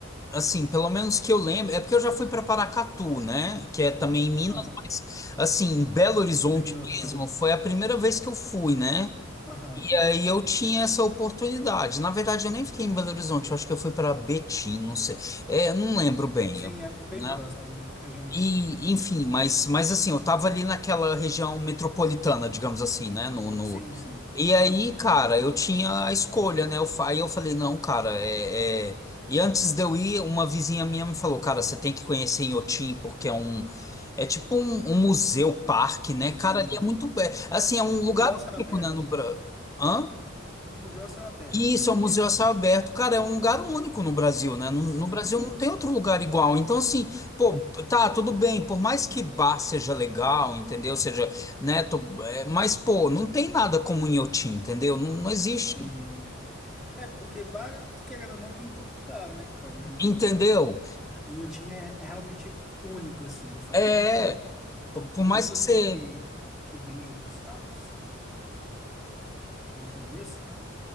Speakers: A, on the left (about 15°); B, in the centre.
A: assim, pelo menos que eu lembro, é porque eu já fui para Paracatu, né? Que é também em Minas,
B: Aham,
A: mas, assim, em Belo Horizonte
B: interiorzão.
A: mesmo, foi a primeira vez que eu fui, né?
B: Aham.
A: E aí eu tinha essa oportunidade. Na verdade, eu nem fiquei em Belo Horizonte, eu acho que eu fui para Betim, não sei. É, não lembro bem,
B: Sim,
A: eu,
B: é bem
A: né?
B: próximo, é a região metropolitana
A: E,
B: aqui.
A: enfim, mas, mas assim, eu tava ali naquela região metropolitana, digamos assim, né? No, no...
B: Sim, sim.
A: E
B: Aham.
A: aí, cara, eu tinha a escolha, né? Eu, fa- aí eu falei, não, cara, é, é... E antes de eu ir, uma vizinha minha me falou, cara, você tem que conhecer Inhotim, porque é um... É tipo um, um museu, parque, né?
B: Sim.
A: Cara, ali é muito... É, assim, é um lugar
B: Museu a céu aberto,
A: único, né? No...
B: né?
A: Bra- Hã?
B: Museu a céu aberto,
A: Isso,
B: né, que
A: é um
B: a
A: museu
B: gente falou
A: a céu aberto. Cara, é um lugar único no Brasil, né?
B: Sim,
A: No, no Brasil não tem outro lugar igual. Então, assim, pô, tá, tudo bem. Por mais que bar seja legal, entendeu? Seja, né? tô- é, mas, pô, não tem nada como Inhotim, entendeu? Não, não existe.
B: sim. É, porque bar, querendo ou não, tem em todo lugar, né, cara? E
A: Entendeu?
B: Inhotim é, é realmente único, assim. Eu falo
A: É,
B: com
A: por por
B: todo
A: mais
B: mundo,
A: que
B: assim,
A: você...
B: que, que vem de outro estado, assim, que eu é, não conheça, né?